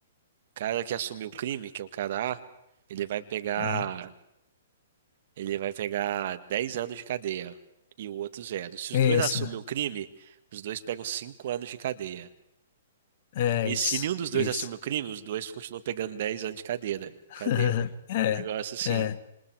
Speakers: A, on the right (about 50°); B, on the left (about 45°).
A: cara que assumiu o crime, que é o cara A, ele vai pegar,
B: aham.
A: ele vai pegar 10 anos de cadeia e o outro zero. Se
B: Isso.
A: os dois assumem o crime, os dois pegam 5 anos de cadeia.
B: É
A: E
B: isso.
A: se nenhum dos dois
B: Isso.
A: assume o crime, os dois continuam pegando 10 anos de cadeira.
B: <laughs>
A: Cadeira.
B: É.
A: É um negócio assim.
B: É.